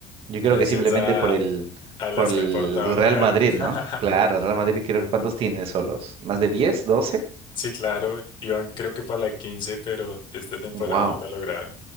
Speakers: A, on the right (about 55°); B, on the left (about 45°).
A: Yo
B: Gracias
A: creo que simplemente
B: a,
A: por el,
B: a las
A: por el
B: que ha aportado el
A: Real
B: Real.
A: Madrid, ¿no?
B: <laughs>
A: Claro, el Real Madrid creo que ¿cuántos tiene solos? ¿Más de 10, doce.
B: Sí, claro, iban creo que para la 15, pero esta temporada
A: Wow.
B: no lo lograron.